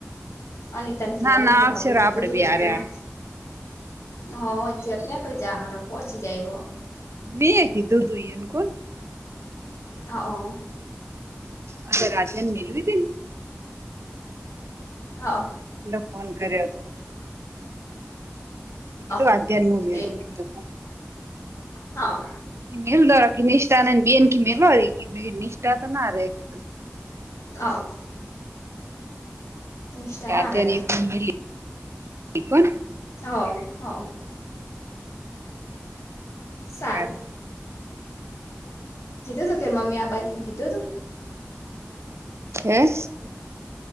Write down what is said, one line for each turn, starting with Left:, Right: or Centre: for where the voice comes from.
Left: અનિતાની
Right: ના
Left: ક અનિતા
Right: ના આવશે
Left: ભાાવીન ઘીું
Right: આપડે
Left: તું
Right: બે
Left: ગીતોું
Right: હારે હારે
Left: હ, એથી તને કરી જા ઘર પચી જાયવ
Right: મી કીધુંધુ એન, કોણ
Left: હ.
Right: આ રાત્યાની મેલવી તેને
Left: હા.
Right: એટલે ફોન કર્યો હતો.
Left: હા
Right: હું, અધ્યાયન ભૂમિનું
Left: તે
Right: એ
Left: હા.
Right: મ દર નિષ્ઠા ન બેન મલવા નિષ્ઠા તો ના રધું
Left: અ સ્ટના હાર
Right: આધ્યાન
Left: હતા
Right: એકલી મેલી કોણ
Left: હો, હો ચાલે
Right: હારું.
Left: કીધો હતો કે મમ આબાનેમ કીધો હતો
Right: હે